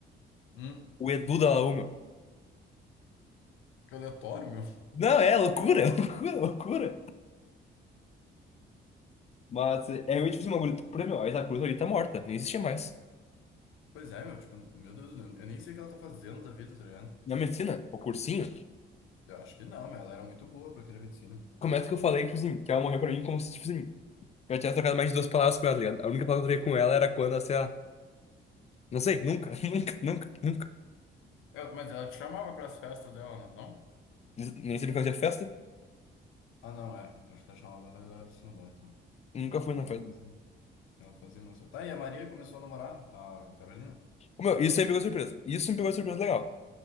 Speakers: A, on the left (about 85°); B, on the left (about 35°).
A: Hum,
B: O Edu da Laú, meu.
A: que aleatório, meu.
B: Não, é loucura, <laughs> loucura, loucura. Mas é realmente tipo, assim, uma bagulho. Por meu, a Isa Cruz ali tá morta, nem existia mais.
A: Pois é, meu, tipo, meu Deus, eu eu nem sei o que ela tá fazendo da vida, tá ligado?
B: Na medicina, o cursinho,
A: Eu acho que não, meu, ela era muito boa pra querer medicina.
B: começa que eu falei, tipo assim, que ela morreu pra mim como se, tipo assim, eu tivesse trocado mais de duas palavras com ela, tá ligado? A única palavra que eu troquei com ela era quando, assim, a Não sei, nunca, <laughs> nunca, nunca, nunca.
A: É, mas ela te chamava pras festas dela, né, não?
B: Nem sempre que eu tinha festa,
A: Ah, não, é. Acho que ela chamava, mas ela era do Sinodó, então.
B: nunca fui
A: Mas
B: na
A: ela
B: festa.
A: fazia. Ela fazia uma só. Tá, e a Maria começou a namorar a Carolina?
B: Ô, meu, isso aí me pegou de surpresa. Isso me pegou de surpresa legal.